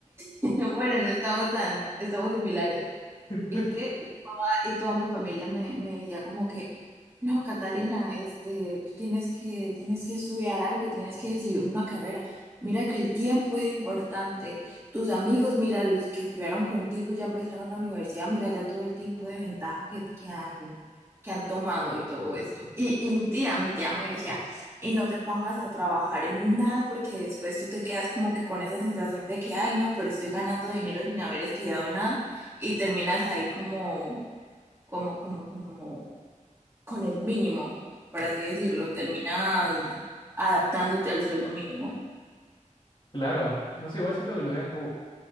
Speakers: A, on the right; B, on the left.
A: Bueno, no estamos tan, estamos similares.
B: <laughs>
A: ¿Y qué? y toda mi familia me, me decía como que, no, Catalina, este, tú tienes que, tienes que estudiar algo, tienes que decidir una carrera. Mira que el tiempo es importante. Tus amigos, mira, los que estudiaron contigo y ya empezaron la universidad, mira ya todo el tiempo de ventaja que, que han, que han tomado y todo esto. Y, y mi tía, mi tía me decía, y no te pongas a trabajar en nada porque después tú te quedas como que con esa sensación de que, ay, no, pero estoy ganando dinero sin haber estudiado nada y terminas ahí como, como, como, como con el mínimo, por así decirlo, terminas adaptándote al sueldo mínimo.
B: Claro, no sé, igual siento que lo vean como,